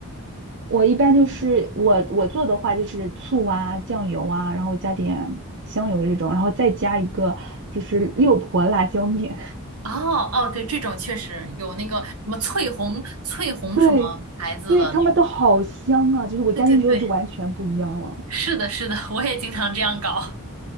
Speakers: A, on the right; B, on the right.
A: <laughs> 我一般就是我我做的话就是醋啊、酱油啊，然后加点香油这种，然后再加一个就是六婆辣椒面。
B: 哦哦，对，这种确实有那个什么翠红翠红什么牌子的那，
A: <laughs> 对，对，他们都好香啊！就是我加进去之后就完全不一样了。
B: 对对对，是的，是的，<laughs> 我也经常这样搞。